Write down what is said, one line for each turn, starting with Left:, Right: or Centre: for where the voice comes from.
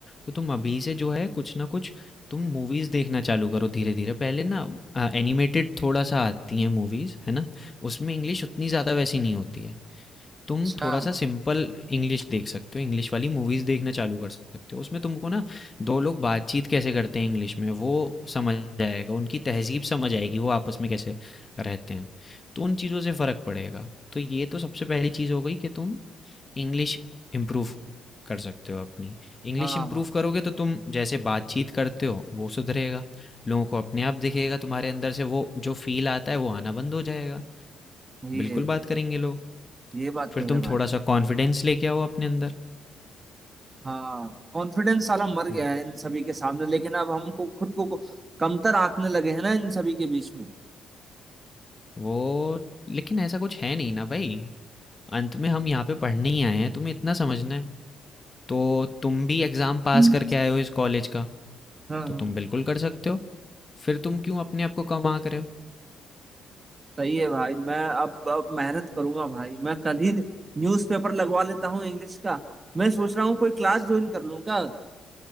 Left: तो तुम अभी से जो है कुछ ना कुछ तुम मूवीज देखना चालू करो धीरे-धीरे। पहले ना एनिमेटेड थोड़ा सा आती हैं मूवीज, है ना? उसमें इंग्लिश उतनी ज़्यादा वैसी नहीं होती है। तुम
Right: अच्छा
Left: थोड़ा सा सिंपल इंग्लिश देख सकते हो इंग्लिश वाली मूवीज देखना चालू कर सकते हो उसमें तुमको ना दो लोग बातचीत कैसे करते हैं इंग्लिश में वो समझ आएगा उनकी तहजीब समझ आएगी वो आपस में कैसे रहते हैं तो उन चीज़ों से फ़र्क पड़ेगा तो ये तो सबसे पहली चीज़ हो गई कि तुम इंग्लिश इम्प्रूव कर सकते हो अपनी इंग्लिश
Right: हाँ
Left: इम्प्रूव
Right: हाँ
Left: करोगे तो तुम जैसे बातचीत करते हो वो सुधरेगा लोगों को अपने आप दिखेगा तुम्हारे अंदर से वो जो फील आता है वो आना बंद हो जाएगा
Right: ये
Left: बिल्कुल बात करेंगे लोग
Right: ये बात
Left: फिर
Right: तो
Left: तुम
Right: है भाई
Left: थोड़ा-सा कॉन्फिडेंस लेके आओ अपने अंदर।
Right: हाँ कॉन्फिडेंस साला मर गया
Left: हुँ,
Right: है इन सभी के सामने लेकिन अब हमको खुद को को- कमतर आंकने लगे हैं ना इन सभी के बीच में
Left: वो लेकिन ऐसा कुछ है नहीं ना भई। अंत में हम यहाँ पे पढ़ने ही आए हैं, तुम्हें इतना समझना है। तो तुम भी एग्ज़ाम पास
Right: हम्म।
Left: करके आए हो इस कॉलेज का,
Right: हाँ
Left: तो
Right: हाँ
Left: तुम बिल्कुल कर सकते हो। फिर तुम क्यों अपने आप को कम आँक रहे हो?
Right: सही है भाई मैं अब अब मेहनत करूंगा भाई मैं कल ही न्यूज़पेपर लगवा लेता हूँ इंग्लिश का मैं सोच रहा हूँ कोई क्लास ज्वाइन कर लूँ क्या